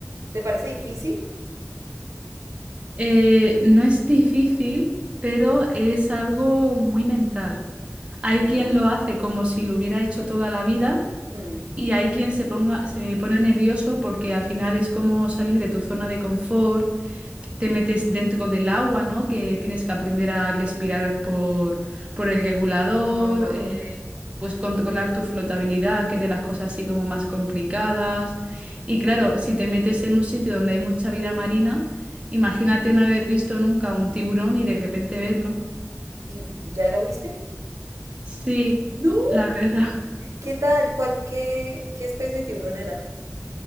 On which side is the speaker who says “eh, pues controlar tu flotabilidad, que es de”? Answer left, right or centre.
Right